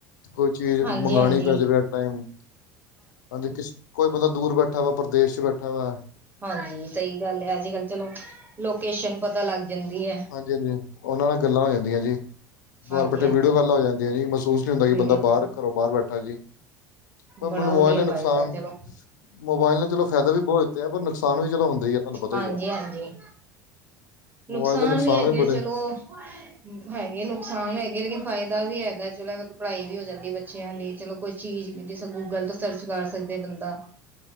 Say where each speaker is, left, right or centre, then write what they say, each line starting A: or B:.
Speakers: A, on the left; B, on the right.
A: ਕੋਈ ਚੀਜ਼ ਮੰਗਵਾਉਣੀ
B: ਹਾਂਜੀ ਹਾਂਜੀ
A: ਪੈ ਜਾਵੇ ਟਮ ਹਾਂਜੀ ਕਿਸ ਕੋਈ ਪਤ ਬੰਦਾ ਦੂਰ ਬੈਠਾ ਵਾ ਪ੍ਰਦੇਸ਼ ਚ ਬੈਠਾ ਵੇ।
B: ਹਾਂਜੀ ਸਹੀ ਗੱਲ ਏ। ਅੱਜ ਕੱਲ ਚਲੋ ਲੋਕੇਸ਼ਨ ਪਤਾ ਲੱਗ ਜਾਂਦੀ ਏ।
A: ਹਾਂਜੀ-ਹਾਂਜੀ। ਉਹਨਾਂ ਨਾਲ ਗੱਲਾਂ ਹੋ ਜਾਂਦੀਆਂ ਜੀ। ਬਾਹਰ
B: ਹਾਂਜੀ
A: ਬੈਠੇ
B: ਹਾਂਜੀ
A: ਵੀਡੀਓ ਕਾਲਾਂ ਹੋ ਜਾਂਦੀਆਂ ਜੀ, ਮਹਿਸੂਸ ਨਹੀਂ ਹੁੰਦਾ ਕਿ
B: ਵੀਡੀਓ
A: ਬੰਦਾ
B: ਕਾਲ
A: ਬਾਹਰ ਘਰੋਂ ਬਾਹਰ ਬੈਠਾ ਜੀ‌ ਪਰ ਮੋਬਾਇਲ
B: ਬੜਾ ਵਧੀਆ
A: ਨੇ ਨੁਕਸਾਨ,
B: ਫਾਇਦਾ ਚਲੋ
A: ਮੋਬਾਇਲ ਨੇ ਚਲੋ ਫਾਇਦਾ ਵੀ ਬਹੁਤ ਹੈ ਪਰ ਨੁ ਨੁਕਸਾਨ ਵੀ ਚਲੋ ਹੁੰਦੇ ਏ, ਤੁਹਾਨੂੰ ਪਤਾ
B: ਹਾਂਜੀ
A: ਹੀ ਹੈ।
B: ਹਾਂਜੀ ਨੁਕਸਾਨ
A: ਮੋਬਾਇਲ ਦੇ
B: ਵੀ ਹੈਗੇ
A: ਵੀ ਬੜੇ
B: ਚਲੋ ਹੈਗੇ ਨੁਕਸਾਨ ਹੈਗੇ ਲੇਕਿਨ ਫਾਇਦਾ ਵੀ ਹੈਗਾ। ਚਲੋ ਪੜ੍ਹਾਈ ਵੀ ਹੋ ਜਾਂਦੀ ਬੱਚਿਆਂ ਦੀ ਚਲੋ ਕੋਈ ਚੀਜ਼ ਜ ਗੂਗਲ ਤੋਂ ਸਰਚ ਕਰ ਸਕਦੇ ਬੰਦਾ।